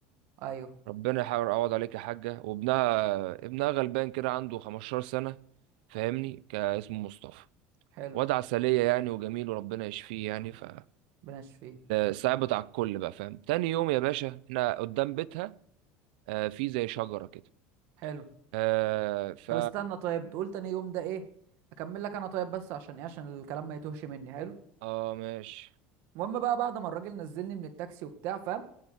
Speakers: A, on the right; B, on the right.
A: ايوه
B: ربنا يحاول يعوض عليك يا حاجة وابنها ابنها غلبان كده عنده 15 سنة فاهمني كان اسمه مصطفى
A: حلو
B: واد عسلية يعني وجميل وربنا يشفيه يعني ف
A: بلاش فيه
B: صعبت على الكل بقى فاهم تاني يوم يا باشا احنا قدام بيتها آه في زي شجرة كده
A: حلو
B: آه ف
A: طب استنى طيب تقول تاني يوم ده ايه اكمل لك انا طيب بس عشان ايه عشان الكلام ما يتوهش مني حلو
B: اه ماشي
A: المهم بقى بعد ما الراجل نزلني من التاكسي وبتاع فاهم